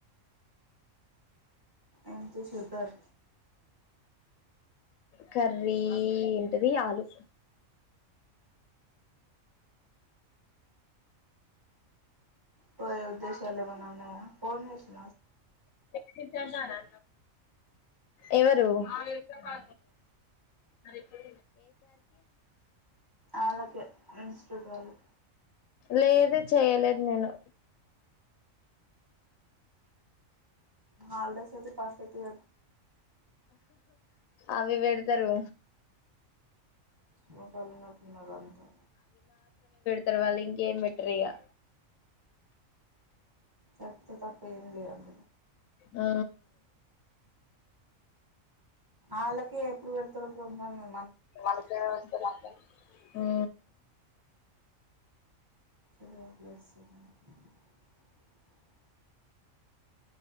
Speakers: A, on the right; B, on the left.
A: ఏం శేఖర్
B: కర్రీ అది ఆలు
A: పో ఉద్దేశాలే మనన్నాయా కో వేస్తు
B: టక్సిట్లా జనా ఏవారు కా అలాకే
A: అలా ఇన్స్టిట్యూట్ వాళ్ళు
B: లేదు చేయలేదు నేను
A: హాల ద సచ్చ పాసే తులి
B: అవి పెడతారు
A: లోకాలున్నతున్నారు అంతా
B: తవాలంగే మెటరగా
A: చె తప్ప ఫేమి లే అండ
B: ఆ
A: అలాకే ఎప్పుడు వెడతారు ఉాన్నా
B: మనక వ ఉ
A: <unintelligible>